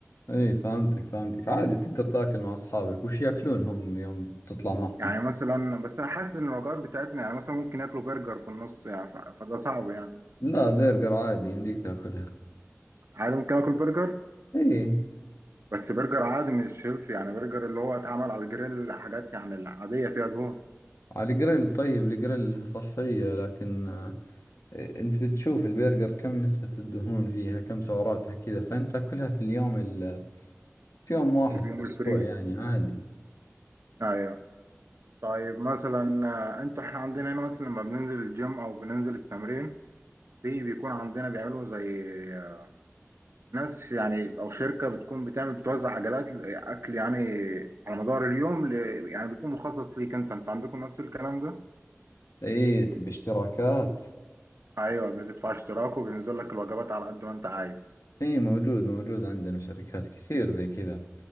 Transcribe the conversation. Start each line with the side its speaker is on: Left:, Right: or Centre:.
Left: اي فهمتك فهمتك عادي تقدر تاكل مع اصحابك وش ياكلون هم يوم تطلع معهم
Right: يعني مثلا بس أنا حاسس إن الوجبات بتاعتنا يعني مثلا ممكن ياكلوا برجر في النص يعني ف... فده صعب يعني
Left: لا برجر عادي يمديك تاكلها
Right: عادي ممكن آكل برجر
Left: اي
Right: بس برجر عادي مش هيلثي يعني برجر اللي هو اتعمل على الجريل حاجات يعني العادية فيها دهون
Left: على الجريل طيب الجريل صحية لكن آه، انت بتشوف البرجر كم نسبة الدهون فيها كم سعراتها كذا فانت تاكلها في اليوم ال... في يوم واحد
Right: اليوم
Left: في الاسبوع
Right: الفري
Left: يعني عادي
Right: ايوه طيب مثلا آه، انتوا احنا عندنا هنا مثلا لما بننزل الجيم او بننزل التمرين في بيكون عندنا بيعملوا زي آه، ناس يعني او شركة بتكون بتعمل بتوزع عجلات اكل يعني على مدار اليوم ل... يعني بيكون مخصص ليك انت انت عندكم نفس الكلام ده
Left: اي باشتراكات
Right: ايوه بتدفع اشتراك وبينزل لك الوجبات على قد ما انت عايز
Left: اي موجود موجود عندنا شركات كثير زي كذا